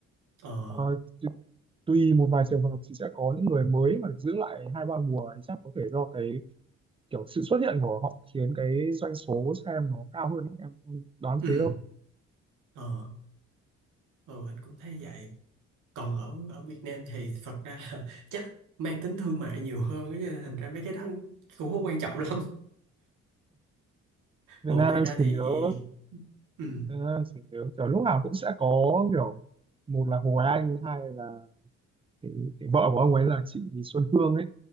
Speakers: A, on the right; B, on the right.
A: ờ
B: Ờ, tu- tùy một vài trường hợp thì sẽ có những người mới mà được giữ lại hai ba mùa thì chắc có thể do cái kiểu sự xuất hiện của họ khiến cái doanh số xem nó cao hơn em không đoán
A: ừ
B: thế đâu
A: ờ ờ anh cũng thấy vậy còn ở ở Việt Nam thì thật ra là <laughs> chắc mang tính thương mại nhiều hơn á, cho nên thành ra mấy cái đó cũng không quan trọng <laughs> lắm
B: Việt
A: ủa
B: Nam
A: ngoài
B: em
A: ra
B: chỉ
A: thì
B: nhớ
A: ừ,
B: Việt Nam em chỉ nhớ kiểu lúc nào cũng sẽ có kiểu một là Hồ Anh hai là cái, cái vợ của ông ấy là chị Xuân Hương ấy